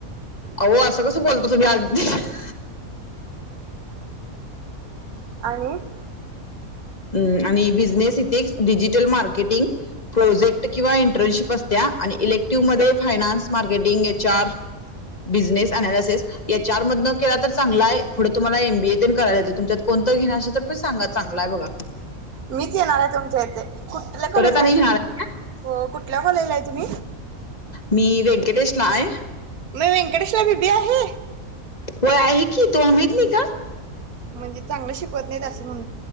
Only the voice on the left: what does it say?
आओ असं कसं बोलता तुम्ही? <unintelligible>
अं आणि business ethics digital marketing, project किंवा इंटर्नशिप असत्या आणि इलेक्टिव्ह मध्ये finance marketing, H R, business, analysis या चारमधनं केला तर चांगलाय, पुढे तुम्हाला एमबीए तेन करायला येतंय, तुमच्यात कोणतर घेणार असेल तर पण सांगा चांगलं हाय बघा.
परत आणि
घेणार का?
मी व्यंकटेशला आहे.
हो आहे की, तुला माहित नाही का?